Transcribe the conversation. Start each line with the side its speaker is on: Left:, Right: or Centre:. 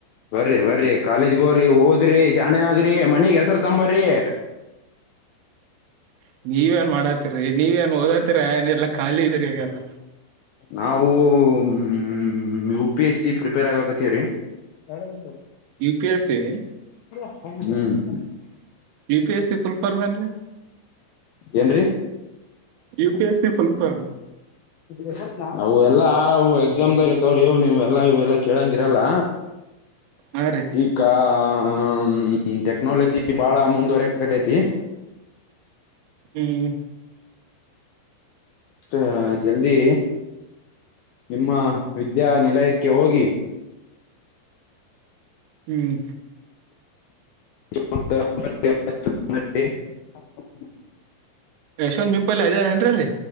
Left: ಬರಿ ಬರಿ ಕಾಲೇಜಗ್ ಹೋಗ್ರಿ ಓದ್ರಿ ಶಾಣೆ ಆಗ್ರಿ ಮನಿಗ್ ಹೆಸರ ತಗೊಂಡ ಬರಿ. ಎ
Right: <inaudible> ನೀವೇನ್ ಮಾಡಾತಿರಿ ನೀವೇನ್ ಓದತಿರೆ ಏನ್ ಇಲ್ಲಾ ಖಾಲಿ ಇದಿರ ಈಗೆಲ್ಲ.
Left: ನಾವು ಹ್ಮ U P S C prepare ಆಗಕ ಹತ್ತಿವಿ ರಿ ಎರಡು ದಿಂದು
Right: ಯು ಪಿ ಎಸ್ ಸಿ
Left: ಹ್ಮ್
Right: ಯು ಪಿಎಸ್ ಸಿ ಫುಲ್ಲಫಾರ್ಮ್ ಎನ್ರಿ?
Left: ಏನ್ರೀ
Right: U P S C full form?
Left: ಬರತ್ ನಾ ಅವು ಎಲ್ಲಾ ಅವು ಎಕ್ಸಾಮ್ದಾಗ ಇರತವರಿ ನೀವು ಎಲ್ಲಾ ಇವು ಎಲ್ಲಾ ಕೇಳಂಗಿರಲ್ಲ.
Right: ಹಾ ರೀ
Left: ಈ ಕಾ ಹ್ಮ್ ಟೆಕ್ನಾಲಜಿ ಬಾಳ ಮುಂದುವರ್ಯಾಕತೈತಿ.
Right: ಹ್ಮ್
Left: ಟ ಜಲ್ದಿ ನಿಮ್ಮ ವಿದ್ಯಾನಿಲಯಕ್ಕೆ ಹೋಗಿ
Right: ಹ್ಮ್
Left: <inaudible>
Right: ಯಶವಂತ್ ಬಿಂಪಲ್ಲಿ ಐದಾರೇನ್ರಿ